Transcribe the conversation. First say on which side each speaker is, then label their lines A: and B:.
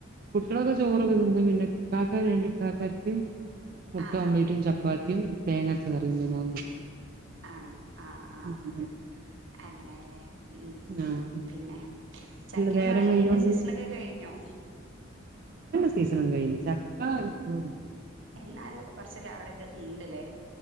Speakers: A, on the right (about 45°); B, on the right (about 70°).
A: കുട്ടികളൊക്കെ
B: ഉം
A: ചോറി തിന്നുന്ന പിന്നെ കാക്കാ രണ്ട് കാക്കാർക്ക് മുട്ട
B: ആഹ്
A: ഓംലറ്റും
B: ആഹ് ആഹ്
A: ചപ്പാത്തിയും തേങ്ങരച്ച കറിയുണ്ടേയ്നോ
B: ആണോ ങാ
A: കൊടുത്തു
B: ങാ ങാ അങ്ങനെയല്ലേ ഉം ഉം
A: ആഹ്
B: പിന്നെ ചക്കയും
A: നേരം
B: മാങ്ങയിന്റെ
A: വൈകിയോണ്ട്
B: സീസണൊക്കെ കഴിഞ്ഞോ?
A: സീസണൊക്കെ കഴിഞ്ഞ് ചക്കാ ഇപ്പഴുംണ്ട്
B: എന്നാലും കൊർച്ചൊക്കെ അവിടൊക്കെ ണ്ട് ലേ